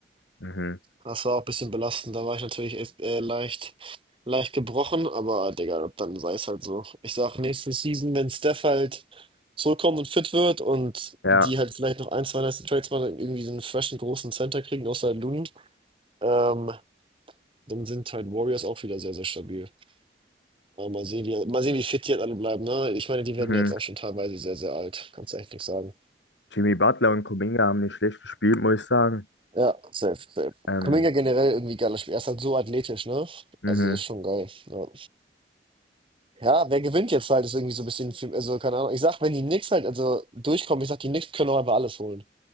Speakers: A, on the left; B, on the right.
A: Mhm.
B: Das war auch ein bisschen belastend. Da war ich natürlich echt, äh, leicht, leicht gebrochen, aber Digga, dann sei es halt so. Ich sag, nächste Season, wenn Steph halt zurückkommt und fit wird und
A: Ja.
B: die halt vielleicht noch ein, zwei nice Trades machen, irgendwie so einen freshen großen Center kriegen, außer Looney, ähm, dann sind halt Warriors auch wieder sehr, sehr stabil. Ja, mal sehen, wie, mal sehen, wie fit die jetzt alle bleiben, ne? Ich meine, die werden
A: Mhm.
B: ja jetzt auch schon teilweise sehr, sehr alt. Kannst du echt nichts sagen.
A: Jimmy Butler und Kuminga haben nicht schlecht gespielt, muss ich sagen.
B: Ja, safe, safe.
A: Ähm,
B: Kuminga generell irgendwie geiles Spiel. Er ist halt so athletisch, ne?
A: mhm.
B: Also, das ist schon geil. Ja, ja wer gewinnt jetzt halt, ist irgendwie so ein bisschen, für- also, keine Ahnung. Ich sag, wenn die Knicks halt, also, durchkommen, ich sag, die Knicks können auch einfach alles holen.